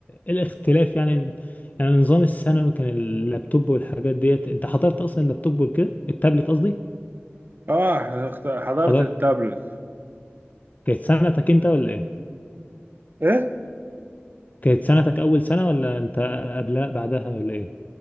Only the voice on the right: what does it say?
اه اخت- حضرت
التابلت
ايه